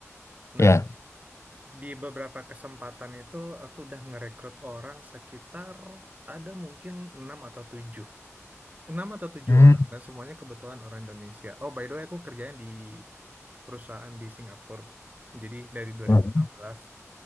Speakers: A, on the right; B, on the left.
A: Nah,
B: Ya.
A: di beberapa kesempatan itu aku udah ngerekrut orang sekitar ada mungkin 6 atau 7, 6 atau tujuh
B: Hmm.
A: orang, dan semuanya kebetulan orang Indonesia. Oh, by the way, aku kerjanya di perusahaan di Singapura. Jadi dari 2016.
B: Hmm.